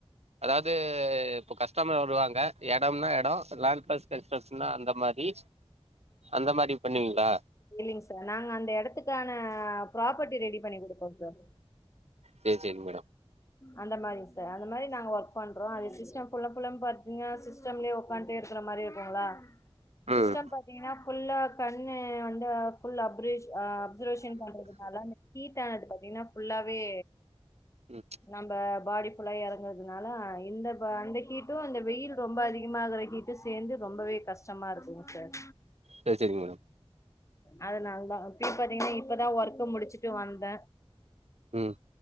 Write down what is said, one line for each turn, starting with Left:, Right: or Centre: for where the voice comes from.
Right: அதாவ்து இப்போ கஸ்டமர் வருவாங்க எடம்னா எடொ லேன்ட் பஸ் எக்ஸஸ்னா அந்த மாரி அந்த மாரி பண்ணுவீங்ளா
Left: இல்லிங் சார் நாங்க அந்த எடத்துக்கான ப்ராப்பர்டி ரெடி பண்ணி குடுப்போ சார்
Right: சேரி சேரிங் மேடம்
Left: அந்த மாரிங் சார் அந்த மாரி நாங்க ஒர்க் பண்றோ அது சிஸ்டம் ஃபுல்லன் ஃபுல்லா பாத்தீங்கனா சிஸ் டம்லே உக்காண்ட்டே இருக்குற மாரி இருக்குங்களா சிஸ்டம்
Right: ம்
Left: பாத்தீங்கனா ஃபுல்லா கண்ணு வந்து ஃபுல்லா அப்ரேஜ் ஆ அப்சர்வேஷன் பண்றதுனால அந்த ஹீட்டானது பாத்தீங்கனா ஃபுல்லாவே
Right: ம்
Left: நம்ப பாடி ஃபுல்லா எறங்குறதுனால இந்த ப அந்த ஹீட்டு அந்த வெயில் ரொம்ப அதிகமாகற ஹீட் டு சேந்து ரொம்பவே கஷ்டமா இருக்குங் சார்
Right: சேரி சேரிங்க மேடம்
Left: அதனால தா இப்பயு பாத்தீங்கனா இப்பதா ஒர்க்க முடிச்சுட்டு வந்த
Right: ம்